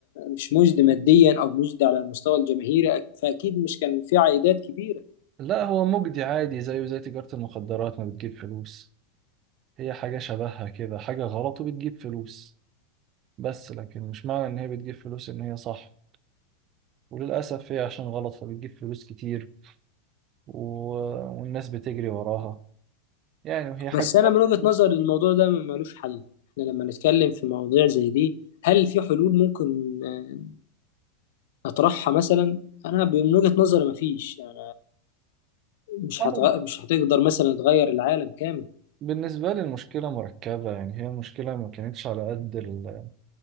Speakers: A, on the left; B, on the right.
A: مش مجدي ماديا او مجدي على المستوى الجماهيري فاكيد مش كان في عائدات كبيره
B: لا هو مجدي عادي زيه زي تجاره المخدرات ما بتجيب فلوس هي حاجه شبهها كده حاجه غلط وبتجيب فلوس بس لكن مش معنى ان هي بتجيب فلوس ان هي صح وللاسف هي عشان غلط فبتجيب فلوس كتير و... والناس بتجري وراها يعني وهي حاجة
A: بس انا من
B: <laughs>
A: وجهه نظري الموضوع ده ملوش حل احنا لما نتكلم في مواضيع زي دي هل في حلول ممكن آه، نطرحها مثلا انا من وجهه نظري مفيش يعني مش
B: صعبة.
A: هتغ... مش هتقدر مثلا تغير العالم كامل
B: بالنسبة لي المشكلة مركبة يعني هي المشكلة ما كانتش على قد ال-